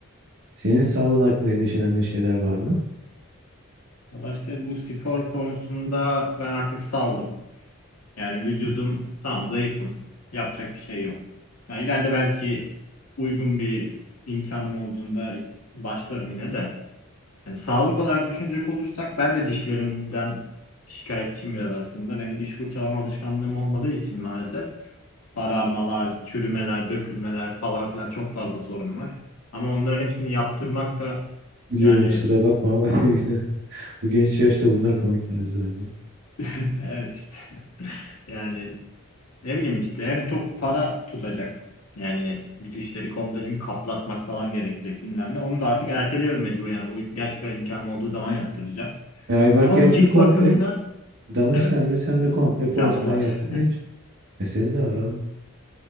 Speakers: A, on the right; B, on the left.
A: Senin sağlığın hakkında endişelendiğin şeyler var mı?
B: Valla işte bu spor konusunda ben artık saldım. Yani vücudum tam zayıfım. Yapacak bir şey yok. Ya ileride belki uygun bir imkanım olduğunda başlarım yine de. Yani sağlık olarak düşünecek olursak ben de dişlerimden şikayetçiyim biraz aslında. Benim diş fırçalama alışkanlığım olmadığı için maalesef. Sararmalar, çürümeler, dökülmeler falan filan çok fazla sorun var. Ama onların hepsini yaptırmak da
A: Biliyorum
B: yani
A: kusura bakma ama <laughs> bir de bu genç yaşta bunlar komik bence sadece.
B: <laughs> evet işte <laughs> yani ne bileyim işte hem çok para tutacak yani bu dişleri komple çünkü kaplatmak falan gerekecek bilmem ne. Onu da artık erteliyorum mecbur yani o gerçekten imkanım olduğu zaman yaptıracağım.
A: E, Ayberk
B: Ama
A: yaptı
B: bu cilt
A: komple.
B: bakımında
A: Danış
B: evet
A: sen de sen de komple
B: imkanı
A: porselen
B: var.
A: yaptır geç. E senin de var abi.